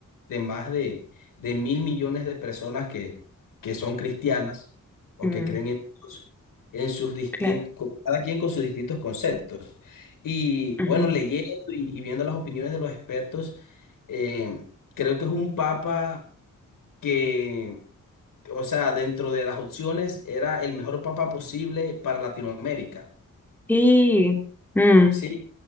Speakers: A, on the left; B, in the centre.
A: de más de, de mil millones de personas que, que son cristianas o
B: mm,
A: que creen en Dios, en sus distintos,
B: claro.
A: cada quien con sus distintos conceptos. Y
B: ujú.
A: bueno, leyendo y, y viendo las opiniones de los expertos, eh, creo que es un papa que, o sea, dentro de las opciones era el mejor papa posible para Latinoamérica.
B: Sí. Mm,
A: Sí,